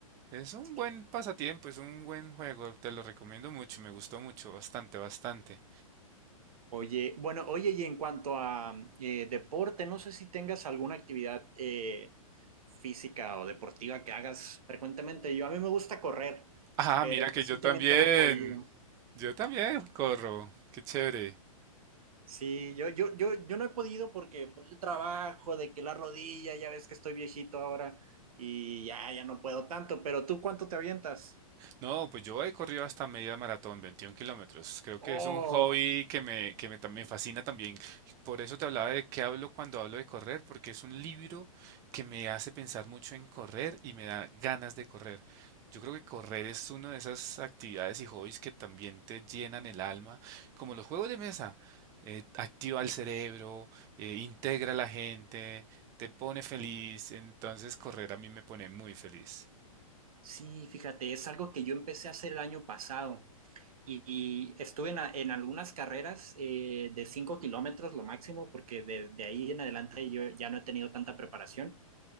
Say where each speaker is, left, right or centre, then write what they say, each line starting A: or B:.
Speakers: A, on the right; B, on the right.
A: Es un
B: Sí.
A: buen pasatiempo, es un buen juego, te lo recomiendo mucho, me gustó mucho, bastante, bastante.
B: Oye, bueno, oye, y en cuanto a eh, deporte, no sé si tengas alguna actividad eh, física o deportiva que hagas frecuentemente. Yo a mí me gusta correr,
A: Ah,
B: pero
A: mira que
B: recientemente
A: yo también,
B: no he podido.
A: yo también corro, qué chévere.
B: Sí, yo, yo, yo, yo no he podido porque por el trabajo, de que la rodilla, ya ves que estoy viejito ahora y ya, ya no puedo tanto, pero ¿tú cuánto te avientas?
A: No, pues yo he corrido hasta media maratón, 21 kilómetros. Creo que
B: Oh,
A: es un hobby que me, que me, tam- me fascina también. Por eso te hablaba de qué hablo cuando hablo de correr, porque es un libro que me hace pensar mucho en correr y me da ganas de correr. Yo creo que correr es una de esas actividades y hobbies que también te llenan el alma, como los juegos de mesa. Eh, activa el cerebro, eh, integra a la gente, te pone feliz. Entonces correr a mí me pone muy feliz.
B: sí, fíjate, es algo que yo empecé a hacer el año pasado. Y estuve en, a- en algunas carreras eh, de 5 kilómetros lo máximo, porque desde ahí en adelante yo ya no he tenido tanta preparación.